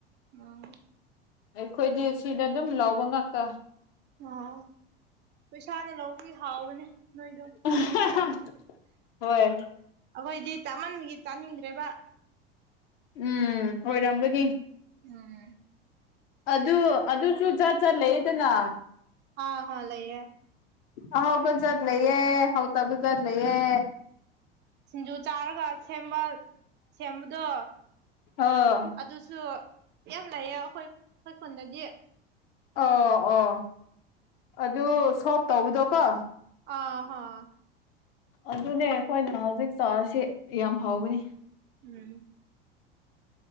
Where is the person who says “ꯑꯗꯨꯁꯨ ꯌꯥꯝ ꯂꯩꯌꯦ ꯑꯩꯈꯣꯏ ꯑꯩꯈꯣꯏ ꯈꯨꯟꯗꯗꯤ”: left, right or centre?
Right